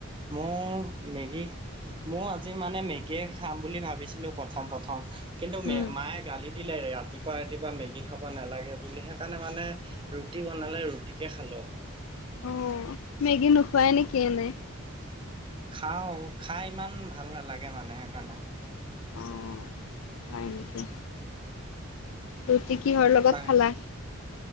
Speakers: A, on the right; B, on the left.
A: মোৰ মেগী ময় আজি মানে মেগীয়ে খাম বুলি ভাবিছিলো প্ৰথম প্ৰথম কিন্তু ম
B: উম
A: মায়ে গালি দিলে ৰাতিপুৱা ৰাতিপুৱা মেগি খাব নালাগে বুলি সেইকাৰণে মানে ৰুটি বনালে ৰুটিকে খালো।
B: অ মেগী নোখোৱাই নেকি এনে?
A: খাওঁ খাই ইমান ভাল নালাগে মানে সেইকাৰণে।
B: উম, হয় নেকি ৰুটি কিহৰ লগত
A: বা
B: খালা?